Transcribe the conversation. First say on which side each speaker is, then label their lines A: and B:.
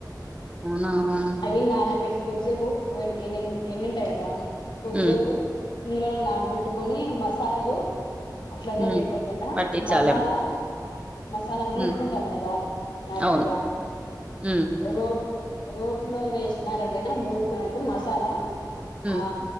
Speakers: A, on the right; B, on the left.
A: అవునవును
B: అవి నానబెట్టి కొద్దిసేపు ఎన్ని ఎన్నింటాయి కదా కొద్దిసేపు
A: ఉమ్
B: నీళ్ళలో నానబెట్టుకొని మసాలాలు అట్లానే
A: హ్మ్.
B: వేకోకుండా
A: పట్టించాలేమో.
B: మసాలా మసాలా నూరుకుంటాం
A: హ్మ్.
B: కదా నార్మల్గా
A: అవును. హ్మ్.
B: రోడ్ రోట్లో వేసిన రండైనా నూరుకున్నప్పుడు మసాలా
A: హ్మ్.
B: ఆ